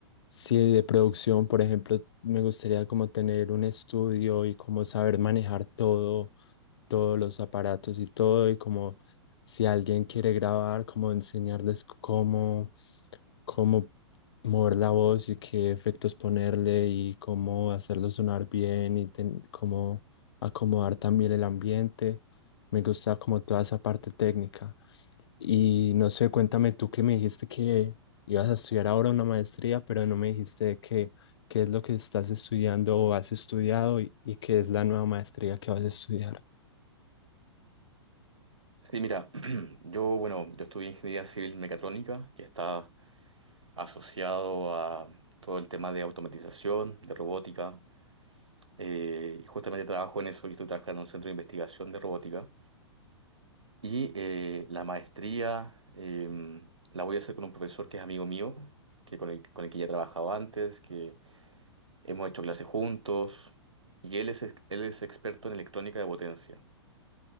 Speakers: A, on the left (about 65°); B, on the right (about 80°).
A: sí, de producción, por ejemplo, me gustaría como tener un estudio y como saber manejar todo todos los aparatos y todo, y como si alguien quiere grabar, como enseñarles cómo, cómo mover la voz y qué efectos ponerle y cómo hacerlo sonar bien y ten- cómo acomodar también el ambiente. Me gusta como toda esa parte técnica. Y no sé, cuéntame tú que me dijiste que ibas a estudiar ahora una maestría, pero no me dijiste de qué, qué es lo que estás estudiando o has estudiado y, y qué es la nueva maestría que vas a estudiar.
B: Sí, mira, <clears throat> yo, bueno, yo estudié ingeniería civil mecatrónica, que está asociado a todo el tema de automatización, de robótica, eh, y justamente trabajo en eso, yo estoy trabajando en un centro de investigación de robótica, y eh, la maestría eh, la voy a hacer con un profesor que es amigo mío, que con el, con el que ya trabajaba antes, que Hemos hecho clases juntos y él es, él es experto en electrónica de potencia.